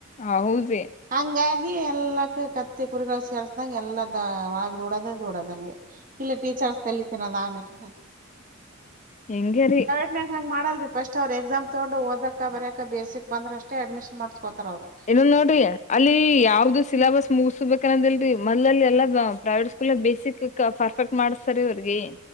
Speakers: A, on the left; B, on the right.
A: ಹೌದ್ರಿ.
B: ಹಂಗಾಗಿ ಎಲ್ಲಕ್ಕ ಕತ್ತಿ ಕುರಿಗಳು ಸೇರ್ಸ್ದಂಗ ಎಲ್ಲದ ಒಳಗ ದುಡೋದ ದುಡೋದ. ಇಲ್ಲ ಟೀಚರ್ಸ್ ತಲಿ ತಿನ್ನೋದು ಆಮೇಲ್.
A: ಹಿಂಗೆರೀ.
B: ಇಲ್ಲ್ ಹಂಗ ಮಾಡಲ್ರಿ ಫಸ್ಟ್ ಅವ್ ಎಕ್ಸಾಮ್ ತೊಂಡು ಓದಕ ಬರಕ ಬೆಸಿಕ್ ಬಂದ್ರ ಅಷ್ಟ ಅಡ್ಮಿಷನ್ ಮಾಡ್ಸ್ಕೋತಾರ ಅವರು.
A: ಇಲ್ಲ್ ನೋಡ್ರಿ ಅಲ್ಲಿ ಯಾವ್ದು ಸಿಲಬಸ್.
B: ಹ್ಮ್
A: ಮುಗಸಬೇಕನದಲ್ರಿ ಮೊದಲ್ ಎಲ್ಲಾ ಪ್ರೈವೇಟ್ ಸ್ಕೂಲ್ ಬೇಸಿಕ್ ಪರ್ಫೆಕ್ಟ್ ಮಾಡಸ್ತಾರಿ ಅವ್ರಿಗೆ.